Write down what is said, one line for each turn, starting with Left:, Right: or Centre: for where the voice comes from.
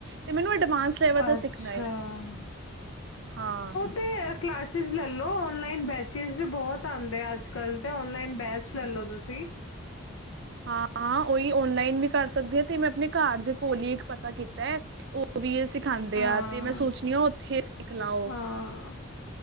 Right: ਤੇ ਮੈਨੂੰ ਅਡਵਾਂਸ ਲੈਵਲ ਦਾ
Left: ਅੱਛਾ
Right: ਸਿੱਖਣਾ ਹੈ ਹਾਂ।
Left: ਤੇ ਕਲਾਸਿਸ ਲਓ ਔਨਲਾਈਨ ਬੈਚਿਸ ਵੀ ਬਹੁਤ ਆਉਂਦੇ ਆ ਅੱਜ ਕੱਲ ਤੇ ਔਨਲਾਈਨ ਬੈਚ। ਬੈਂਚ ਲੈ ਲਓ ਤੁਸੀਂ।
Right: ਹਾਂ ਹਾਂ ਉਹੀ ਔਨਲਾਈਨ ਵੀ ਕਰ ਸਕਦੀ ਹਾਂ ਤੇ ਮੈਂ ਆਪਣੇ ਘਰ ਦੇ ਕੋਲ ਹੀ ਇੱਕ ਪਤਾ ਕੀਤਾ ਹੈ ਉਹ। ਉਹ ਵੀ ਇਹ ਸਿਖਾਉਂਦੇ
Left: ਹਾਂ
Right: ਆ ਤੇ ਮੈਂ ਸੋਚ ਦੀ ਆ ਉੱਥੇ ਸਿੱਖ ਲਓ।
Left: ਹਾਂ